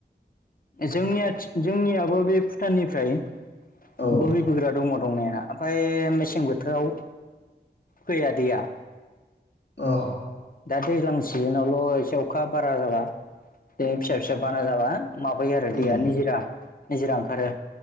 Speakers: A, on the left; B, on the left.
A: जोंनिया जोंनियाबो बे भुटाननिफ्राय
B: औ
A: बोहैबोग्रा दङ। दंनाया ओमफ्राय मेसें बोथोराव फैया दैया।
B: औ
A: दा दैज्लां सिजोनावल' एसे अखा बारा जाबा, दै फिसा फिसा बाना जाबा माबायो आरो
B: उम
A: दैया निजरा निजिरा ओंखारो